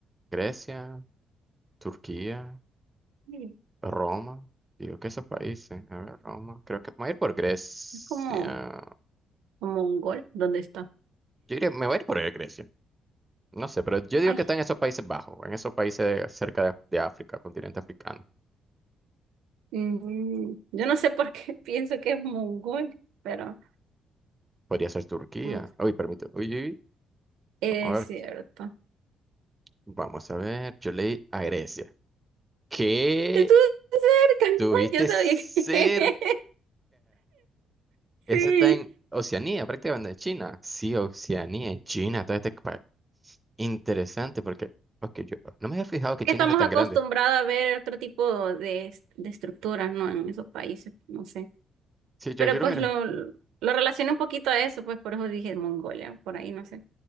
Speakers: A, on the right (about 15°); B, on the right (about 80°).
A: Grecia, Turquía,
B: sí,
A: Roma. Digo que esos países. A ver, Roma. Creo que me voy a ir por Grecia.
B: es como, como mongol. ¿Dónde está?
A: Yo diría, me voy a ir por Grecia. No sé, pero yo digo
B: Ay,
A: que está en esos Países Bajos, en esos países cerca de, de África, continente africano.
B: mm, yo no sé por qué <laughs> pienso que es mongol, pero
A: Podría ser Turquía.
B: como
A: Uy, permíteme. Uy, uy,
B: Es
A: vamos a ver.
B: cierto.
A: Vamos a ver. Yo leí a Grecia. ¿Qué
B: Estuve cerca.
A: tuviste
B: <laughs> Yo sabía
A: cerca?
B: que <laughs>
A: Eso
B: sí.
A: está en Oceanía, prácticamente en China. Sí, Oceanía, en China, todo este país. Interesante, porque porque yo no me había fijado que
B: Que
A: China
B: estamos
A: era tan
B: acostumbrados
A: grande.
B: a ver otro tipo de, es- de estructuras, ¿no? En esos países, no sé.
A: Sí, yo,
B: Pero
A: yo
B: pues
A: lo miro.
B: lo, lo relacioné un poquito a eso, pues por eso dije Mongolia, por ahí, no sé.